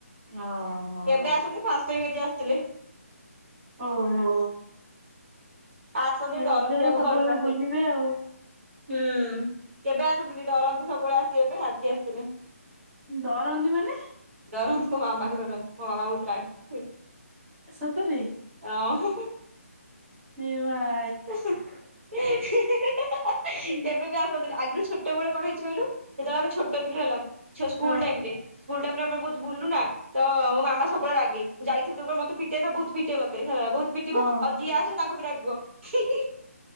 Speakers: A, on the right (about 20°); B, on the right (about 55°).
A: ଓହୋ।
B: କେବେ ଆସେନି ଫାଷ୍ଟ ଟାଇମ୍ ଆଜି ଆସିଥିଲେ।
A: ଓହୋ
B: ଆସନ୍ତି ଡରନ୍ତି
A: ରଜରେ
B: ଆମ
A: ସବୁ
B: ଘରକୁ
A: ଏବେ
B: ଆସିବା
A: ବୁଲିବେ
B: ପାଇଁ।
A: ଆଉ।
B: ହୁଁ କେବେ ଆସନ୍ତିନି, ଡରନ୍ତି ସବୁବେଳେ ଆସିଆ ପାଇଁ ଆଜି ଆସିଥିଲେ।
A: ଡରନ୍ତି ମାନେ
B: ଡରନ୍ତି ମୋ ମାମାକୁ ଡରନ୍ତି ମୋ ମାମା ବହୁତ୍ ରାଗି।
A: ସତରେ।
B: ଅ ହିଁ ହିଁ
A: ହେବା
B: <unintelligible> କେବେ ବି ଆସନ୍ତିନି।
A: ହୁଁ
B: ଆଗରୁ ଛୋଟ୍ ଛୋଟବେଳେ କଣ ହେଇଛି କହିଲୁ? ଯେତେବେଳେ ଆମେ ଛୋଟ ଥିଲୁ ହେଲା। ଛୁଆ ସ୍କୁଲ
A: ତ
B: ଟାଇମ୍ ରେ। ସ୍କୁଲ ଟାଇମ୍ ରେ ଆମେ ବହୁତ୍ ବୁଲୁ ନା? ତ ମୋ ମାମା ସବୁବେଳେ ରାଗେ। ଯାଇଥିବି ତ ମତେ ପିଟେ ନା ବହୁତ ପିଟେ ମତେ ହେ ବହୁତ୍ ପିଟିବ
A: ହଁ
B: ଆଉ ଯିଏ ଆସିବ ତାଙ୍କୁ ବି ରାଗିବ ଖିଁ ଖିଁ